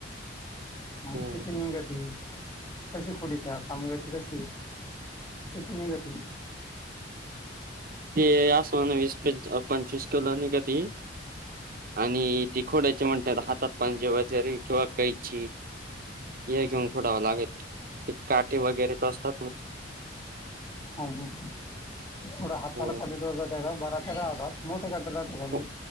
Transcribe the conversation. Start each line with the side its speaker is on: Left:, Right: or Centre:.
Left: आणि
Right: हो
Left: किती नि का त कशी पुढ त्या कामगती कशी तेत गती
Right: ते आ समानस कोणसकला नाही कदी आणि तिखोड्याचे म्हणतात हातात पांजे वगैरे किंवा कैची हे घेऊन थोडा व लागत ते काटे वगैरे तर असतात नाग
Left: ह ह कड हात
Right: हो
Left: सल क दो बरा मोठीे गड्डरते खल्ली
Right: हो